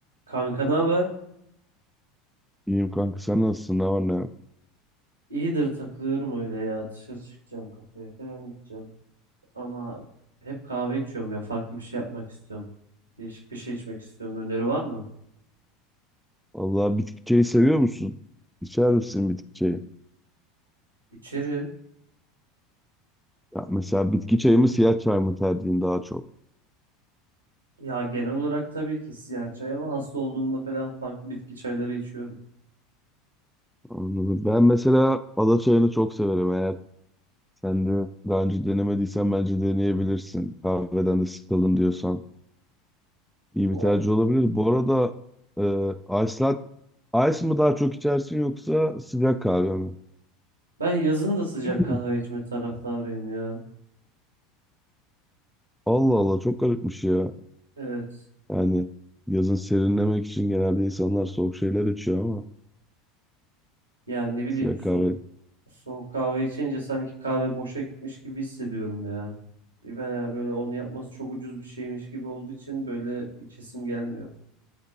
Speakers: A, on the right; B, in the centre.
A: Kanka ne haber?
B: İyiyim kanka sen nasılsın? Ne var ne yok?
A: İyidir takılıyorum öyle ya. Dışarı çıkacağım kafeye falan gideceğim. Ama hep kahve içiyorum ya. Farklı bir şey yapmak istiyorum. Değişik bir şey içmek istiyorum. Öneri var mı?
B: Vallahi bitki çayı seviyor musun? İçer misin bitki çayı?
A: İçerim.
B: Ya mesela bitki çayı mı siyah çay mı tercihin daha çok?
A: Ya genel olarak tabii ki siyah çay ama hasta olduğumda falan farklı bitki çayları içiyorum.
B: Anladım. Ben mesela ada çayını çok severim. Eğer sen de daha önce denemediysen bence deneyebilirsin. Kahveden de sıkıldın diyorsan. iyi
A: O-
B: bir tercih olabilir. Bu arada e, ice lat- ice mı daha çok içersin yoksa sıcak kahve mi?
A: Ben yazın da sıcak
B: <clears throat>
A: kahve içme taraftarıyım ya.
B: Allah Allah çok garipmiş ya.
A: Evet.
B: Yani yazın serinlemek için genelde insanlar soğuk şeyler içiyor ama.
A: Ya ne bileyim
B: Sıra
A: su-
B: kahve
A: Soğuk kahve içince sanki kahve boşa gitmiş gibi hissediyorum ya. Veya böyle onu yapması çok ucuz bir şeymiş gibi olduğu için böyle içesim gelmiyor.